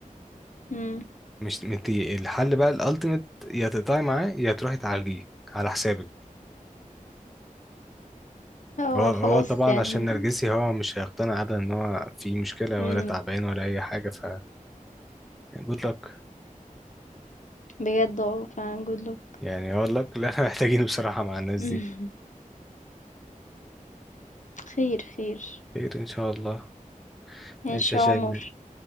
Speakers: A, on the left; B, in the centre.
A: إمم،
B: مش أنت الحل بقى الألتيميت يا تقطعي معاه يا تروحي تعالجيه على حسابك
A: هو <laughs>
B: هو هو
A: خلاص
B: طبعا
A: يعني
B: عشان نرجسي هو مش هيقتنع أبدا إن هو في مشكلة
A: إمم،
B: ولا تعبان ولا أي حاجة ف يعني good luck
A: بجد آه فعلًا good luck.
B: يعني أقول لك اللي <laughs> احنا محتاجينه بصراحة مع الناس
A: <laughs>
B: دي
A: خير خير
B: خير إن شاء الله
A: ماشي
B: إيش يا
A: يا
B: شيماء
A: عمر